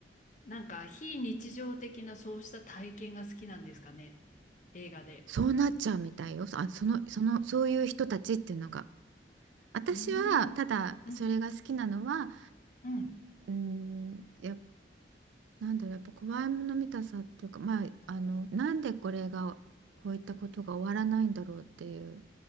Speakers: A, on the left; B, on the right.
A: なんか、非日常的なそうした体験が好きなんですかね。映画で。
B: そうなっちゃうみたいよあその、そのそういう人たちっていうのが私はただそれが好きなのは
A: うんうんうんうん
B: うんやっなんだろう、やっぱ怖いもの見たさっていうか、まあ、あの、なんでこれが、こういったことが終わらないんだろうっていう、